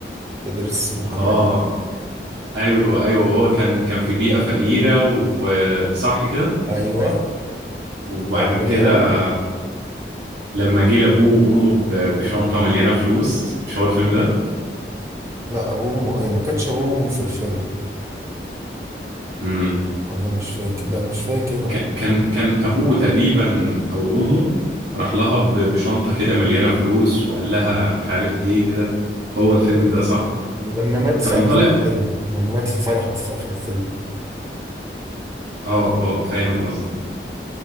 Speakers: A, on the right; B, on the right.
A: يدرس محاماة
B: اه ايوه ايوه وهو كان كان في بيئة فقيرة وصح كده
A: أيوه
B: وبعد
A: وبقى
B: كده
A: غني أوي
B: لما جه لابوه وامه ب- بشنطة مليانة فلوس مش هو الفيلم ده
A: لا أبوه م... إيه ما كانش أبوه وأمه في الفيلم
B: امم
A: ولا مش فاكر لا مش فاكر
B: كان كان كان ابوه تقريبا او امه راح لها ب- بشنطة كده مليانة فلوس وقال لها مش عارف ايه كده هو الفيلم ده صح
A: لما مات
B: كان
A: في
B: طالع
A: آخر الفيلم لما مات في فرحه في آخر الفيلم
B: اه اه فاهم قصدك